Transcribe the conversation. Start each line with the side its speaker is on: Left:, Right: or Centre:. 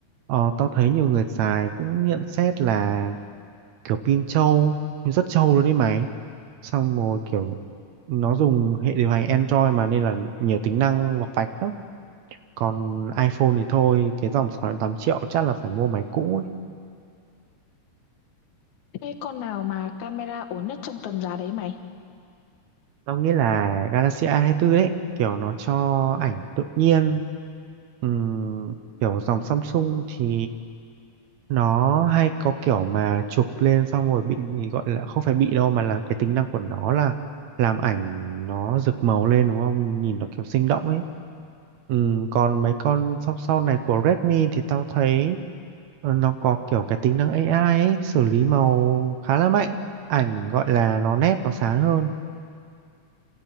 Right: ờ, tao thấy nhiều người xài cũng nhận xét là kiểu pin trâu, rất trâu luôn đấy máy. Xong rồi kiểu nó dùng hệ điều hành Android mà nên là nhiều tính năng vọc vạch lắm còn iPhone thì thôi cái dòng sáu đến 8 triệu chắc là phải mua máy cũ
Left: Thế con nào mà camera ổn nhất trong tầm giá đấy mày?
Right: tao nghĩ là Galaxy A24 đấy kiểu nó cho ảnh tự nhiên Ừm, kiểu dòng Samsung thì nó hay có kiểu mà chụp lên xong rồi bị gọi là không phải bị đâu mà là cái tính năng của nó là làm ảnh nó rực màu lên đúng không nhìn nó kiểu sinh động ấy Ừm, còn mấy con sau sau này của Redmi thì tao thấy ờ, nó có kiểu cái tính năng AI ấy, xử lý màu khá là mạnh ảnh gọi là nó nét nó sáng hơn